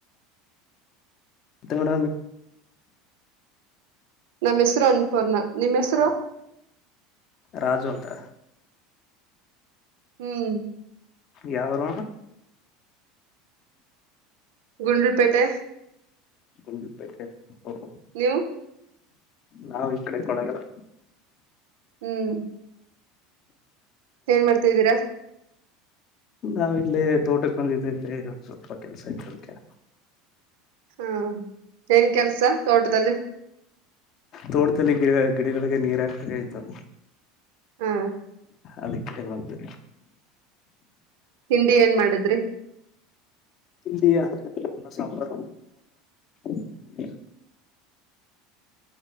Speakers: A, on the left; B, on the right.
A: ತ್ತ ಮಡ
B: ನಾ ಹೆಸರು ಅನ್ಪೋರ್ಣ ನಿಮ್ಮ್ ಹೆಸರು
A: ರಾಜು ಅಂತ
B: ಹ್ಮ್
A: ಯಾವಾರ
B: ಗುಂಡೂಲ್ಪೇಟೆ
A: ಗುಂಡ್ಲುಪೇಟೆ ಒ
B: ಹವು
A: ನಾವವು ಈ ಕಡೆ ಕೊಳಗಲ್ಲ
B: ಹ್ಮ್ ಏನ್ ಮಾಡ್ತಾದ್ದೀರಾ
A: ನಾವ ಇಲ್ಲಿೇ ತೋಟಕ್ಕೆ ಬಂದಿದ್ದೆ ಇಲ್ಲಿ ಸ್ವಲ್ಪ ಕೆಲ್ಸ ಇತ್ತು ಅದಕೆ
B: ಹ್ಮ ಏನ್ ಕೆಲ್ಸ ತೋಟದಲ್ಲಿ
A: ತೋಟದಲ್ಲಿ ಗಿಡ ಗಿಡಗಳಿಗೆ ನೀರ್ ಹಾಕ್ಬೇಕಯ್ತು
B: ಹಾ
A: ಅದಕ್ಕೆ ಬಂತು
B: ತಿಂಡಿ ಏನ್ ಮಾಡಿದ್ರಿ
A: ಅನ್ನ ಸಾಂಬಾರ್ <unintelligible>